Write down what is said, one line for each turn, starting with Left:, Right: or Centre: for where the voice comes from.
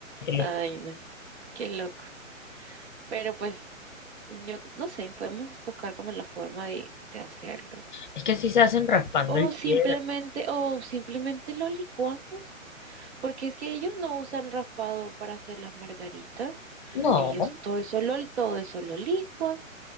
Right: Ay,
Left: y-
Right: no, qué loco. Pero pues, yo no sé, podemos buscar como la forma de, de hacerlo.
Left: Es que así se hacen raspando
Right: O
Left: el hierro.
Right: simplemente, o simplemente lo licuamos, porque es que ellos no usan raspado para hacer las margaritas.
Left: No.
Right: Ellos todo eso lo, todo eso lo licuan.